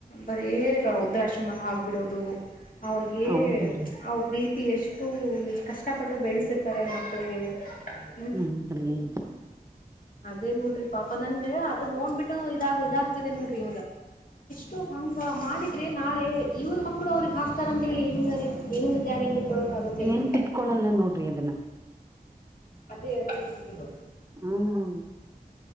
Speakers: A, on the left (about 60°); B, on the right (about 20°).
A: ಬರೇ ವೃದ್ರಾಶ್ರಮ ಆಗ್ಬಿಡೋದು ಅವ್ರಗ
B: ಹೌದು ರೀ
A: ಅವ ಪ್ರೀತಿ ಎಷ್ಟು ಅಷ್ಟು ಕಷ್ಟಪಟ್ಟು ಬೆಳೆಸಿರ್ತಾರೆ ಮಕ್ಕಳಿಗೆ. ಹ್ಞೂ
B: <unintelligible>
A: ಅದೇ ನೋಡ್ರಿ ಪಾಪಾ ನನ್ಗೆ ಅದದು ನೋಡ್ಬಿಟ್ಟು ಇದಾಗ ಇದಾಗ್ತಿದೆ ನೋಡ್ರಿ ಟ ಹಂಗ ಮಾಡಿದ್ರೆ ನಾಳೆ ಇವ್ರ ಮಕ್ಕಳು ಅವ್ರಿಗೆ ಹಾಕ್ತಾರ ಅಂತೇಳಿ ಹೆಂಗ ರೀ ಹೆಂಗ್ ಗ್ಯಾರಂಟಿ. ಕೊಡೋಕ್ಕಾಗುತ್ತೆ
B: ನೆನ್ಪ್
A: ಹೇಳಿ
B: ಪಿಟ್ಕೊಳಲ್ಲ ನೋಡ್ರಿ ಅದನ್ನ.
A: ಅದೇ ಅದೇ ಅಂದಿಗೋ.
B: ಹ್ಮ್